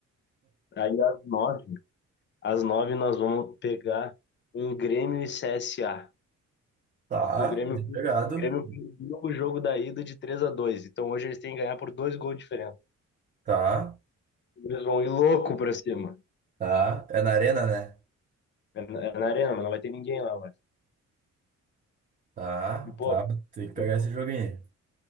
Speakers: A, on the left (about 40°); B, on the right (about 30°).
A: Aí às nove, às nove nós vamos pegar um Grêmio e CSA,
B: Tá,
A: que o Grêmio,
B: bem
A: o
B: pegado.
A: Grêmio perdeu o jogo da ida de 3 a 2. então hoje eles têm que ganhar por dois gols de diferença.
B: Tá.
A: Eles vão ir louco pra cima,
B: Tá, é na arena, né?
A: é na, é na arena, mas não vai ter ninguém lá, mano.
B: Tá,
A: E pô,
B: tá, tem que pegar
A: eu,
B: esse joguinho.